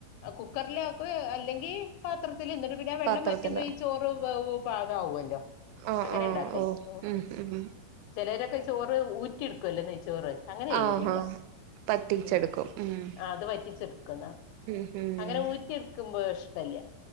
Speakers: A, on the left; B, on the right.
A: കുക്കറിൽ ആക്കും അല്ലെങ്കി പാത്രത്തിൽ എന്നിട്ട് പിന്നെ ആ വെള്ളം
B: പാത്രത്തില്
A: വറ്റുമ്പോ ഈ ചോറ് വേവും പാകാവു അല്ലോ
B: ആ
A: അങ്ങനെ
B: ആ
A: ഉണ്ടാക്കല്
B: ഓ
A: ഉം
B: ഉം
A: ചിലരൊക്കെ ചോറ് ഊറ്റി എടുക്കു അല്ലോ നെയ് ചോറ് അങ്ങനെ ചെയ്യലില്ല
B: ആഹാ വറ്റിച്ചെടുക്കും
A: ഉം
B: ഉം
A: ആ അത് വറ്റിച്ചിടുക്കുന്നാ
B: ഉം ഉം
A: അങ്ങനെ ഊറ്റി ക്കുമ്പോ ഇഷ്ടല്ല